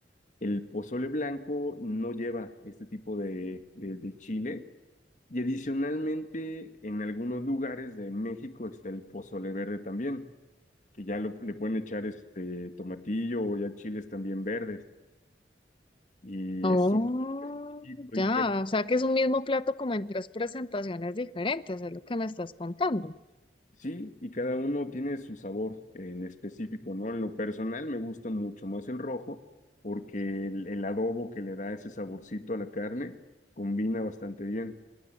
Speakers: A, on the left (about 45°); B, on the left (about 30°).
A: El pozole blanco no lleva este tipo de, de de chile. Y adicionalmente, en algunos lugares de México está el pozole verde también, que ya lo- le pueden echar este tomatillo o ya chiles también verdes. Y
B: Oh,
A: es un... exquisito,
B: ya,
A: y ya-
B: o sea que es un mismo plato como en tres presentaciones diferentes, es lo que me estás contando.
A: Sí, y cada uno tiene su sabor en específico, ¿no? En lo personal me gusta mucho más el rojo porque el, el adobo que le da ese saborcito a la carne combina bastante bien.